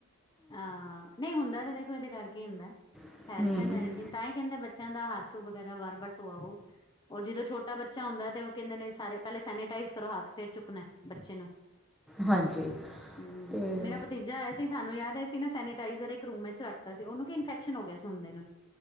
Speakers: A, on the left; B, in the centre.
A: ਹਾਂ ਨਂਈ ਹੁੰਦਾ ਤਾਂ ਦੇਖੋ ਇਹਦੇ ਕਰਕੇ ਈ ਹੁੰਦਾ,
B: ਹੂੰ
A: ਹੈਲਥ ਐਨ ਹਾਈਜੀਨ। ਤਾਂ ਈ ਕੈਹੰਦੇ ਬੱਚੇਆਂ ਦਾ ਹੱਥ ਵਗੈਰਾ ਬਾਰ-ਬਾਰ ਧੋਆਓ, ਔਰ ਜਦੋਂ ਛੋਟਾ ਬੱਚਾ ਹੁੰਦਾ ਤੇ ਕੈਹੰਦੇ ਨੇ ਸਾਰੇ ਪੈਹਲੇ ਸੈਨੇਟਾਈਜ਼ ਕਰੋ ਹੱਥ ਫੇਰ ਚੁੱਕਣੈ ਬੱਚੇ ਨੂੰ।
B: ਹਾਂਜੀ ਅਤੇ
A: ਹੂਂ ਮੇਰਾ ਭਤੀਜਾ ਹੋਏਆ ਸੀ ਸਾਨੂੰ ਯਾਦ ਐ ਅਸੀ ਨਾ ਸੈਨੇ ਟਾਈਜ਼ਰ ਇਕ ਰੂਮ ਵਿੱਚ ਰਖਤਾ ਸੀ ਓਹਨੂੰ ਕੀ ਇਨਫੈਕਸ਼ਨ ਹੋ ਗੇਆ ਸੀ ਹੁੰਦੇ ਨੂੰ,